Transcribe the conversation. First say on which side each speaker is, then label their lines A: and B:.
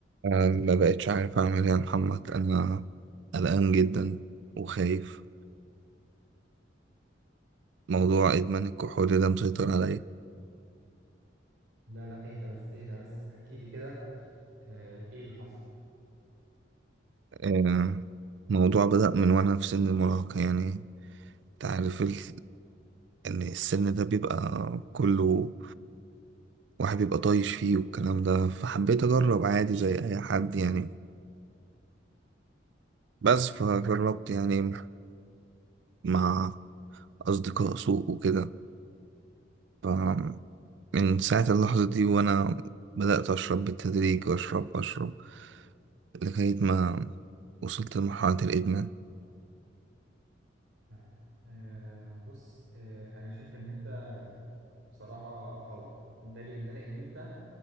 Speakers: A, on the right (about 65°); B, on the right (about 85°).
A: أنا ما بقتش عارف أعمل إيه يا محمد أنا قلقان جدا وخايف موضوع إدمان الكحول ده مسيطر عليا
B: لا لا اهدى بس اهدى بس واحكي لي كده آه ايه اللي حصل
A: آه، الموضوع بدأ من وأنا في سن المراهقة يعني أنت عارف ال- إن السن ده بيبقى كله واحد بيبقى طايش فيه والكلام ده فحبيت أجرب عادي زي أي حد يعني بس فجربت يعني مع أصدقاء سوء وكده ف- من ساعة اللحظة دي وأنا بدأت أشرب بالتدريج وأشرب أشرب لغاية ما وصلت لمرحلة الإدمان
B: لا لا آه بص آه انا شايف ان انت بصراحة قوي ده ليه ده لان انت